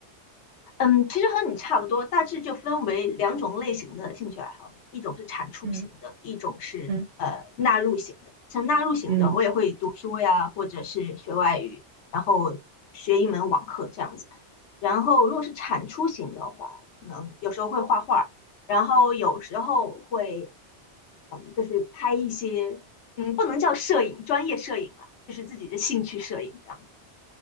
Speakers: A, on the left (about 75°); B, on the right (about 75°).
A: 嗯，其实和你差不多，大致就分为两种类型的兴趣爱好嘛一种是产出型的，
B: 嗯
A: 一种是呃纳入型的。
B: 嗯
A: 像纳入型的，
B: 嗯
A: 我也会读书呀，或者是学外语，然后学一门网课这样子。然后如果是产出型的话，可能有时候会画画，然后有时候会嗯，就是拍一些嗯，不能叫摄影，专业摄影啦，就是自己的兴趣摄影这样。子。